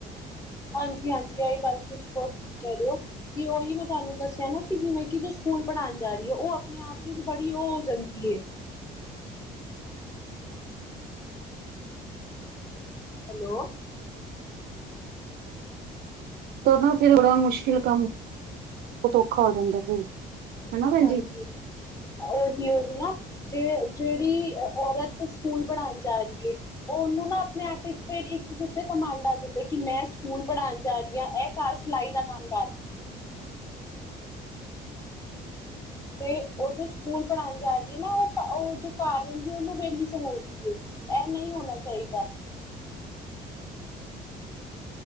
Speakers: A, on the left; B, on the right.
A: ਹਾਂਜੀ ਹਾਂਜੀ ਐਹੀ ਗੱਲ ਤੁਸੀਂ ਬੋਤ ਠੀਕ ਕਹਿ ਰੇਓ ਕਿ ਓਹੀ ਮੈਂ ਤਾਨੂੰ ਦੱਸਿਆ ਨਾ ਕਿ ਜਿਵੇਂ ਕਿ ਜੋ ਸਕੂਲ ਪੜ੍ਹਾਨ ਜਾਰੀ ਏ ਉਹ ਆਪਨੇ ਆਪ ਵਿਚ ਬੜੀ ਉ ਹੋ ਜਾਂਦੀ ਏ ਹੈਲੋ
B: ਤਾਂ ਨਾ ਫਿਰ ਬੜਾ ਮੁਸ਼ਕਿਲ ਕੰਮ ਬੋਤ ਔਖਾ ਹੋ ਜਾਂਦਾ ਫਿਰ ਹਨਾ ਭੈਣ
A: ਹਾਂਜੀ
B: ਜੀ। ਜੀ
A: ਓਹੀ ਓਹੀ ਨਾ ਜੇ ਜੈਹੜੀ ਔਰਤ ਸਕੂਲ ਪੜ੍ਹਾਨ ਜਾ ਰੀਏ ਉਹਨੂੰ ਨਾ ਆਪਨੇ ਆਪ ਵਿੱਚ ਫੇਰ ਇੱਕ ਕਿੱਥੇ ਘਮੰਡ ਆ ਜਾਂਦਾ ਕਿ ਮੈਂ ਸਕੂਲ ਪੜ੍ਹਾਨ ਜਾ ਰੀਆ ਇਹ ਘਰੱ ਸਿਲਾਈ ਦਾ ਕੰਮ ਕਰ ਹੈ ਤੇ ਉਹ ਜੋ ਸਕੂਲ ਪੜ੍ਹਾਨ ਜਾ ਰੀਏ ਨਾ ਉਹ ਉਹ ਜੋ ਘਰ ਰਹੰਦੀ ਉਹਨੂੰ ਵੇਲੀ ਸਮਝਦੀ ਏ ਐ ਨਈ ਹੋਨਾ ਚਾਈਦਾ